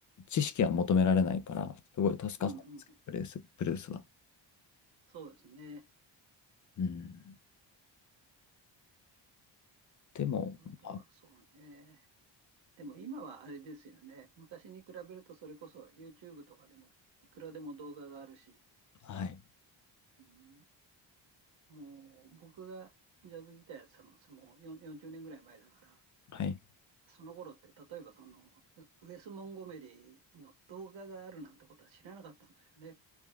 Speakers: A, on the left; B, on the right.
A: 知識は求められないから、すごい助かったんですけど、
B: うん、うん、
A: ブルース、ブルースは。
B: そうですね。
A: うん。でも、
B: あとはそうね。
A: ま
B: でも今はあれですよね。昔に比べるとそれこそ YouTube とかでもいくらでも動画があるし、
A: あ、はい、
B: うん、もう僕がジャズギターやってたのはもう4 40年ぐらい前だから、
A: はい。
B: その頃って、例えばその、ウウェス・モンゴメリーの動画があるなんてことは知らなかったんですよね。